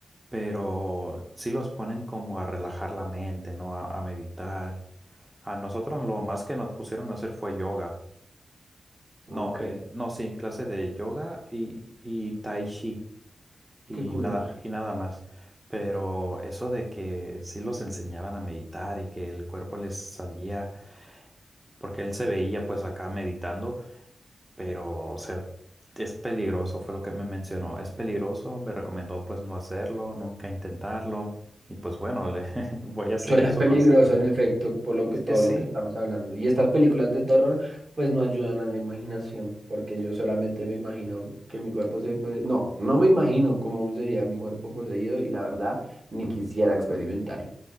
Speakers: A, on the right; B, on the right.
A: pero sí los ponen como a relajar la mente, ¿no? A, a meditar. A nosotros lo más que nos pusieron a hacer fue yoga.
B: Ok,
A: No, eh, no, sí, clase de yoga y, y tai chi y
B: qué curioso.
A: nada, y nada más. Pero eso de que sí los enseñaban a meditar y que el cuerpo les salía, porque él se veía pues acá meditando Pero, o sea, es peligroso, fue lo que me mencionó. Es peligroso, me recomendó pues no hacerlo, nunca intentarlo. Y pues bueno, le- <laughs> voy a seguir
B: Suena
A: su
B: peligroso,
A: consejo.
B: en efecto, por lo que
A: Es que
B: todo
A: sí,
B: lo que estamos hablando. Y estas películas de terror, pues no ayudan a la imaginación, porque yo solamente me imagino que mi cuerpo se... pose- No, no me imagino cómo sería mi cuerpo poseído y la verdad, ni quisiera experimentarlo.